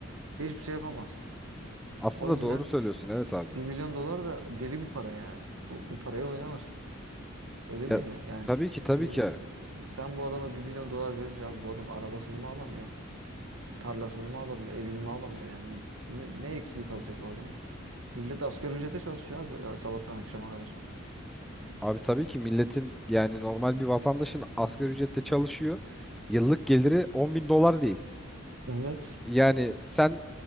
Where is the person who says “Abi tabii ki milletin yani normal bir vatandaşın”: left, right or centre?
Centre